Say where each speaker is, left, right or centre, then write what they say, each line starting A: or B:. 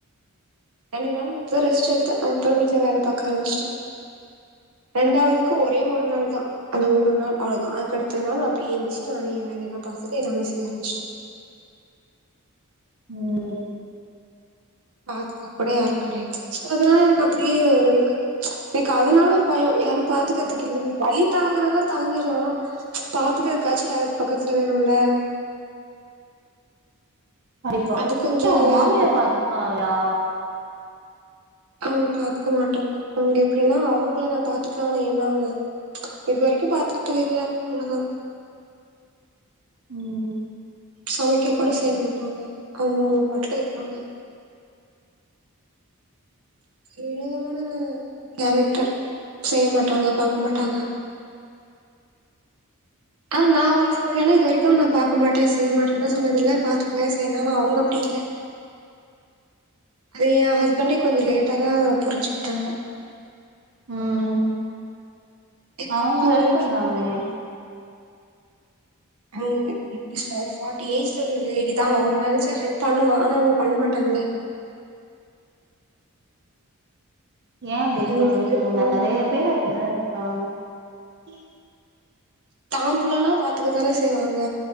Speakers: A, on the right; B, on the right.
A: ரெண்டு நாள் மட்டு தா ரெஸ்ட் எடுத்தே அதப்றொ வீட்ல வேல பாக்க ஆரமிச்ட்டே ரெண்டாவதுக்கு ஒரே ஒரு நாள் தா அந்த ஒரு நாள் அவ்ளதா அதுக்கடுத்த நாள் அப்டியே எந்துச்சு நானே எ வேல எல்லா பாத்துட்டு எல்லாமே செய்ய ஆரமிச்ட்டே
B: ம்
A: பாத்துக்க கூட யாரு கடயாது சோ அதுனால எனக்கு அப்டியே ஓரளவுக்கு எனக்கு அதுனால ஒரு பயொ யாரு பாத்துக்கற்து இல்ல வலி தாங்குறதுலா தாங்கிர்லா ஆனா பாத்துக்குறக்காச்சி யாரா பக்கத்ல வேணுல்ல
B: கண்டிப்பா
A: அது கொஞ்சோ
B: ஏ உங்க
A: நல்லா
B: மாமியார்
A: இருக்கு
B: பாத்துக்லால்லயா
A: அவுங்க பாத்துக்க மாட்டாங்க அவுங்க எப்டின்னா அவுங்கள நா பாத்துக்லா ஆனா என்ன அவுங்க இது வரைக்கு பாத்துக்கிட்டதில்ல அவ்ளதா
B: ம்
A: சமைக்க கூட செய்ய மாட்டாங்க அவுங்கவுங்க பாட்ல இருப்பாங்க வினோதமான கேரக்டர் செய்ய மாட்டாங்க பாக்க மாட்டாங்க ஆனா நா அவுங்களுக்கு முல்லன்னா இது வரைக்கு நா பாக்க மாட்டே செய்ய மாட்டேன்லா சொன்னதில்ல பாத்துக்குவே செய்வே ஆனா அவுங்க அப்டி இல்ல அது ஏ ஹஸ்பண்டே கொஞ்ச லேட்டாதா புருஞ்சுகிட்டாங்க
B: ம்
A: இப்ப
B: அவுங்க
A: அவங்களுக்கே
B: ஹெல்ப் பண்லாமே
A: புரியுது <unintelligible> ஃபாட்டி ஏஜ்ல உள்ள லேடிதா அவுங்க நெனச்சா ஹெல்ப் பண்ணலா ஆனா அவுங்க பண்ண மாட்டாங்ளே
B: ஏ அப்டி இருக்காங்கனு
A: அவங்களுக்கு விருப்போ
B: தெர்ல நறைய பேரு அப்டிதா இருக்காங்க கி
A: தாம் புள்ளனா பாத்துக்கத்தான செய்வாங்க